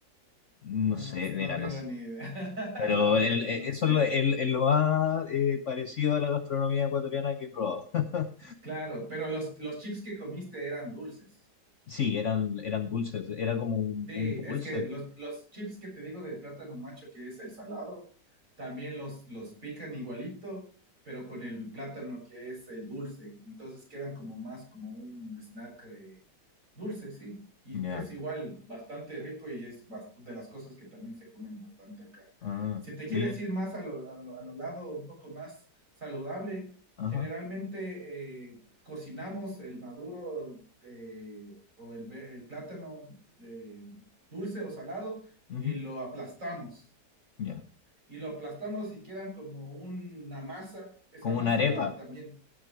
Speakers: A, on the left; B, on the right.
A: No
B: No,
A: sé,
B: no,
A: mira,
B: no tengo
A: no sé.
B: ni idea. <laughs>
A: Pero
B: La verdad
A: el-
B: que
A: el-
B: no
A: eso
B: sé.
A: es lo, el- el lo más eh, parecido a la gastronomía ecuatoriana que he probado. <laughs>
B: Claro, pero los, los chips que comiste eran dulces.
A: Sí, eran, eran dulces, era como un,
B: Sí,
A: un dulce.
B: es que los, los chips que te digo de plátano macho, que es el salado, también los, los pican igualito, pero con el plátano que es el dulce. Entonces quedan como más como un snack eh, dulce, sí. Y
A: Ya.
B: es igual, bastante rico y es bast- de las cosas que también se comen bastante acá.
A: Ah,
B: Si te quieres
A: oye,
B: ir más a lo, a lo- a lo lado un poco más saludable,
A: ajá,
B: generalmente eh, cocinamos el maduro eh, o el, ve- el plátano. eh, dulce o salado,
A: ujú,
B: y lo aplastamos.
A: ya.
B: Y lo aplastamos y quedan como una masa. Esa
A: Como
B: masa
A: una arepa.
B: la también.